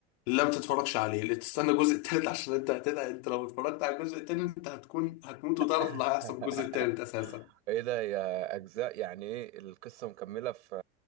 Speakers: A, on the left; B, on the right.
A: لا ما تتفرجش عليه لا تستنى الجزء التالت عشان انت هتدعي انت لو اتفرجت على الجزء التاني انت هتكون هتموت
B: <laughs>
A: وتعرف اللي هيحصل في الجزء التالت اساسا
B: ايه ده هي اجزاء يعني ايه القصة مكملة في